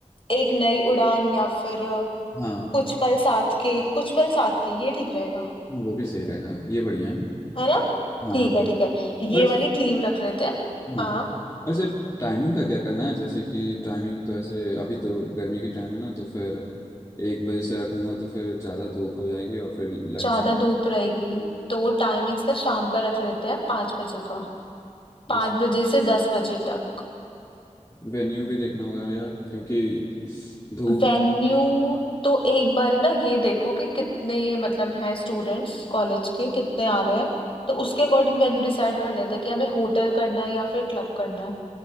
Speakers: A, on the left; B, on the left.
A: एक नई उड़ान या फिर अ,
B: हाँ
A: कुछ पल साथ के कुछ पल साथ के ये ठीक रहेगा
B: हाँ, वो भी सही रहेगा ये बढ़िया है
A: है ना
B: हाँ
A: ठीक है ठीक है ये
B: और ऐसे
A: वाली थीम रख लेते हैं
B: हाँ
A: हाँ
B: और ऐसे टाइमिंग का क्या करना है जैसे कि टाइमिंग तो ऐसे अभी तो गर्मी की टाइम है ना तो फिर एक बजे से रखूंगा तो फिर ज़्यादा धूप हो जाएगी और फिर लंच
A: ज्यादा धूप रहेगी तो टाइमिंग्स ना शाम का रख लेते हैं पाँच बजे का
B: और
A: पाँच बजे से दस बजे तक
B: वेन्यू भी देखना होगा यार क्योंकि धूप
A: वेन्यू तो एक बार ही ना ये देखो कि कितने मतलब हैं स्टूडेंट्स कॉलेज के कितने आ रहे हैं तो उसके अकॉर्डिंग वेन्यू डिसाइड कर लेते हैं कि हमें होटल करना है या फिर क्लब करना है